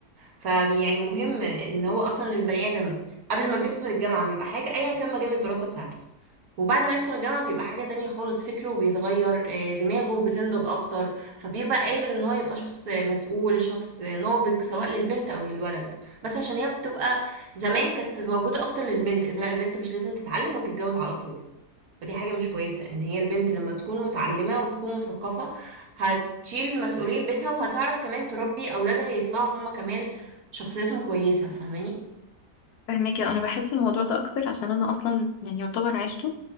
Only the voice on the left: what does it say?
فاهماكي انا بحس الموضوع ده اكتر عشان انا اصلا يعني يعتبر عشته